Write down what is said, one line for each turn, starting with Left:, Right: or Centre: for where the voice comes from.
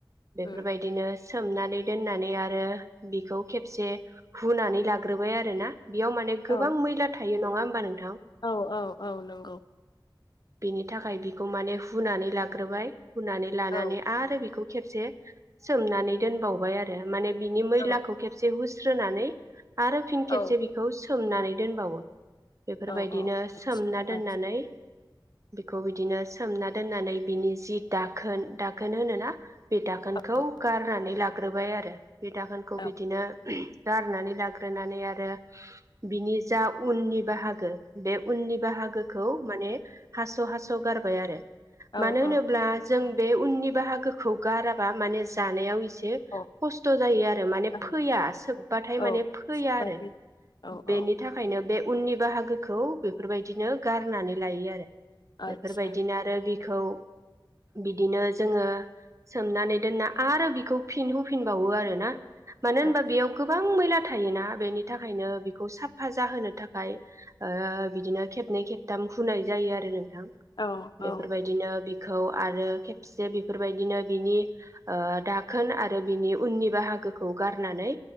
Right: बेफोरबायदिनो
Left: उम
Right: सोमनानै दोननानै आरो बिखौ खेब से हुनानै लाग्रोबाय आरो ना बेयाव माने गोबां
Left: औ
Right: मैला था यो नङा होमबा नों
Left: औ औ औ नंगौ
Right: बेनि थाखाय बिखौ माने हुनानै लाग्रोबाय हुनानै लानानै
Left: औ
Right: आरो बेखौ खेबसे सोमनानै दोनबावबाय आरो माने बिनि मैलाखौ
Left: औ
Right: खेबसे हुस्रोनानै आरो फिन
Left: औ
Right: खेबसे बेखौ सोमनानै दोनबावो। बेफोरबायदिनो
Left: औ औ आदसा
Right: सोमना दोननानै
Left: आदसा
Right: बेखौ बिदिनो सोमना दोननानै बिनि जि दाखोन दा खोन होनोना बे दाखोनखौ
Left: औ
Right: गारनानै लाग्रोबाय आरो बे दाखोनखौ
Left: औ
Right: बिदिनो गारनानै लाग्रोनानै आरो बिनि जा उननि बाहागो बे उननि बाहागोखौ माने हास' हास' गारबाय आरो
Left: औ
Right: मानो
Left: औ
Right: होनोब्ला जों बे उननि बाहागोखौ गाराबा माने जानायाव इसे
Left: औ
Right: खस्थ जायो आरो माने
Left: औ
Right: फो फैया सोबबाथाय
Left: औ
Right: माने फैया
Left: बादि
Right: आरो
Left: औ औ
Right: बेनि थाखायनो बे उननि बाहागोखौ बेफोरबायदिनो गारनानै लायो आरो।
Left: आदसा
Right: बेफोरबायदिनो आरो बि खौ बिदिनो जोङो सोमनानै दोनना आरो बिखौ फिन हुफिनबावो आरो ना मानो होनबा
Left: आदसा
Right: बेयाव गोबां मै ला थायोना बेनि थाखायनो बेखौ साफा जाहोनो थाखाय ओ बिदिनो खेबनै खेबथाम हुनाय जायो आरो नों थां
Left: औ
Right: बेफोरबायदिनो
Left: औ
Right: बेखौ आरो खेबसे बेफोरबायदिनो बिनि ओ दाखोन आरो बिनि उननि बाहागोखो खौ गारनानै